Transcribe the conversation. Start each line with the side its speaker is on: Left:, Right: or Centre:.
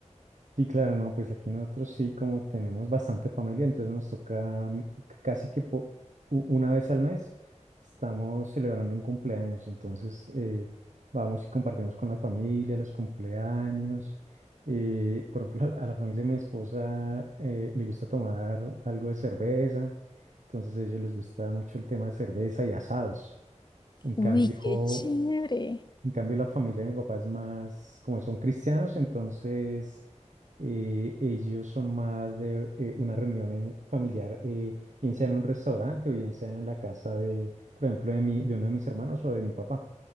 Right: Sí, claro, no, pues aquí nosotros sí, como tenemos bastante familia, entonces nos toca mm, c- casi que po- u- una vez al mes estamos celebrando un cumpleaños, entonces eh, vamos y compartimos con la familia los cumpleaños. eh, por ejemplo, <laughs> a a la familia de mi esposa eh, le gusta tomar algo de cerveza, entonces a ellos les gusta mucho el tema de cerveza y asados. En
Left: Uy,
Right: cambio,
Left: qué chévere.
Right: en cambio, la familia de mi papá es más, como son cristianos, entonces eh, ellos son más de eh, una reunión en- familiar, eh, bien sea en un restaurante o bien sea en la casa de, por ejemplo, de, mi, de uno de mis hermanos o de mi papá.